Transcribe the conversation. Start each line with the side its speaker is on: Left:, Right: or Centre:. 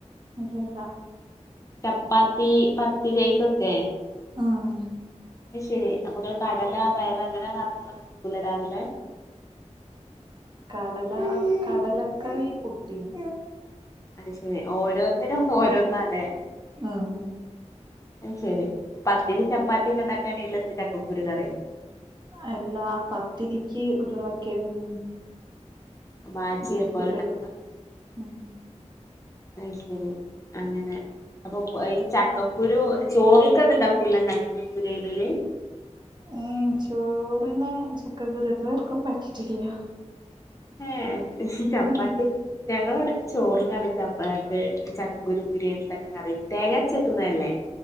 Right: ഇല്ല ഇല്ല
Left: ചപ്പാത്തി പത്തിരി അയിക്കൊക്കെ
Right: ആഹ്
Left: അയ്ശേരി അപ്പൊ നിങ്ങള് കടല പയറ് അങ്ങനെ കറികളൊന്നും വെക്കൂല രാവിലെ
Right: കടല കടലക്കറി പുട്ടിന്
Left: അയ്ശേരി ഓരോന്നിനും ഓരോന്നാല്ലേ
Right: ആഹ്
Left: അയ്ശേരി പത്തിരി ചപ്പാത്തിക്കൊണ്ടാക്കാനേള്ളൂ ചക്കക്കുരു കറിയോ
Right: എല്ലാ പത്തിരിക്ക് ഉരുളക്കിഴങ്ങ്
Left: ബാജിയെ
Right: ബീഫിലിടും
Left: പോലെ ഉണ്ടാക്കാ
Right: ഉം
Left: അയ്ശേരി അങ്ങനെ അപ്പൊ ഈ ചക്ക ക്കുരു ചോറിക്ക് അത് ഉണ്ടാക്കൂലാ <unintelligible> ഇടല്
Right: ഏഹ് ചോറിന് ചക്കക്കുരു ഇതുവർക്കും വച്ചിട്ടില്ല
Left: ഏഹ് ചപ്പാത്തി
Right: ഉം
Left: ഞങ്ങള് ഇവിടൊക്കെ ചോറിനാണ് ചപ്പാത്ത് ചക്കക്കുരും മുരിങ്ങ ഇട്ട കറി വെക്കും തേങ്ങാരച്ചു വെക്കുന്നതല്ലേ